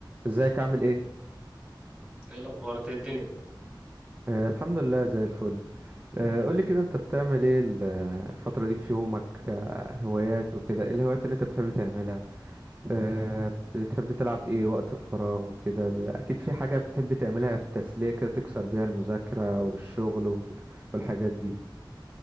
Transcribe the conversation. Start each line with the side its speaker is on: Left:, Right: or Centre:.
Right: ازيك عامل ايه؟
Centre: ايه الاخبار انت إيه الدنيا
Right: آه الحمد لله زي الفل آه قولي كده انت بتعمل ايه ال- آه، الفترة دي في يومك آه هوايات وكده ايه الهوايات اللي انت بتحب تعملها آه بتحب تلعب ايه وقت الفراغ وكده ب- اكيد في حاجة بتحب تعملها في التسلية كده تكسر بيها المذاكرة والشغل وك- والحاجات دي